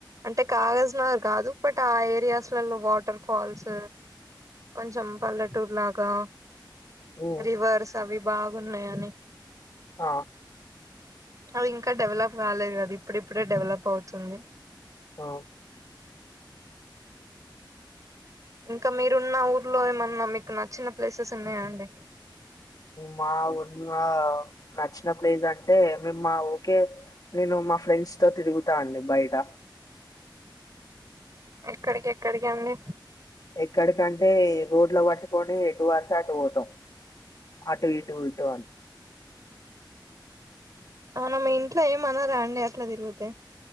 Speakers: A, on the right; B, on the left.
A: అంటే కాగజ్ నగర్ కాదు బట్ ఆ ఏరియాస్లలో వాటర్ ఫాల్ ల్స్ కొంచం పల్లెటూర్ లాగా
B: ఉమ్,
A: రివర్స్ అవి భాగున్నాయాని
B: ఆ
A: అవి ఇంకా డెవలప్ కాలేదు కదా ఇప్పుడు ఇప్పుడే డెవలప్ అవుతుంది
B: ఆ
A: ఇంకా మీరున్న ఊర్లో ఏమన్నా మీకు నచ్చిన ప్లేసెస్ ఉన్నాయా అండి
B: మా ఊర్ల నచ్చిన ప్లేస్ అంటే మేము మా ఓకే నేను మా ఫ్రెండ్స్ తో తిరుగుతా అండి బయట
A: ఎక్కడికేక్కడికి అండి
B: ఎక్కడికంటే రోడ్లు పట్టుకోని ఎటు అంటే అటు పోతాం ఆటు ఇటు ఊటువాన్
A: అవునా మీ ఇంట్లో ఏమన్నారా అండి అట్లా తిరుగుతే